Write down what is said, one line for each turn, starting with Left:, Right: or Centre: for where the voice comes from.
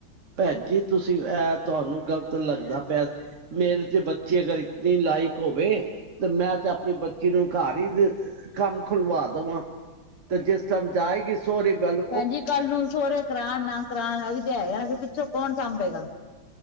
Right: ਪੈਣ ਜੀ ਤੁਸੀਂ ਇਹ ਤੁਹਾਨੂੰ ਗ਼ਲਤ ਲੱਗਦਾ ਪਿਆ। ਮੇਰੇ ਤੇ ਬੱਚੇ ਅਗਰ ਇਤਨੀ ਲਾਇਕ ਹੋਵੇ। ਤੇ ਮੈਂ ਤੇ ਆਪਣੀ ਬੱਚੀ ਨੂੰ ਘਰ ਹੀ ਕੰਮ ਖੁਲਵਾ ਦੇਵਾਂ ਜਿਸ ਟਾਈਮ ਜਾਏਗੀ। <unintelligible>
Left: ਭੈਣਜੀ ਕੱਲ ਨੂੰ ਸੋਹੁਰੇ ਕਰਾਉਣ ਨਾ ਕਰਾਉਣ। <unintelligible> ਪਿੱਛੋਂ ਕੌਣ ਸਾਂਬੇਗਾ,